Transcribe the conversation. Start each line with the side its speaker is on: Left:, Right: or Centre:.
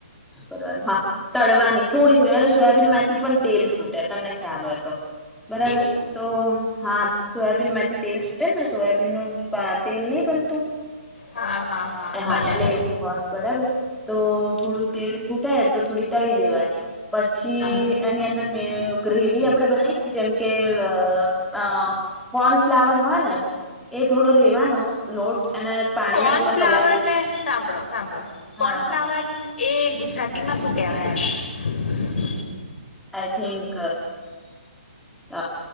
Centre: શું કરવાનું હા. તળવાની થોડી થોડી અને સોયાબીનમાંથી તેલ છૂટે તમને ખ્યાલ હોય તો બરાબર
Left: એવું
Centre: તો હા. સોયાબીનમાંથી તેલ છૂટે ને સોયાબીનનુ તેલ નહીં બનતું.
Left: હા હા
Centre: હા
Left: બને
Centre: એટલે એવું હોય બરાબર તો થોડું તેલ તૂટે. તો થોડી તળી દેવાની. પછી
Left: હમ
Centre: એની અંદર મે ગ્રેવી આ આપણે બનાઈએ ને જેમ કે અ અ કોર્ન ફ્લાવર હોય ને એ થોડો લેવાનો લોટ અને પાણીમાં
Left: કોર્નફ્લાવર
Centre: થોડો પલાળી
Left: ને સાંભળો સાંભળો
Centre: હા
Left: કોર્નફ્લાવર
Centre: હા
Left: એ ગુજરાતીમાં શું કેવાય એને?
Centre: આઈ થીન્ક હ